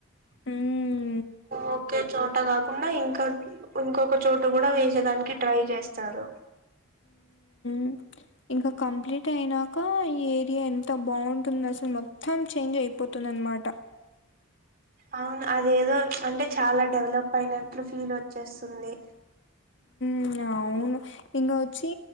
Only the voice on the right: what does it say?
ఓకే చోట కాకుండ ఇంక ఇంకొక చోట కూడా వేసేదానికి ట్రై చేస్తారు
అవును అదేదో అంటే చాలా డెవలప్ అయినట్లు ఫీల్ వచ్చేస్తుంది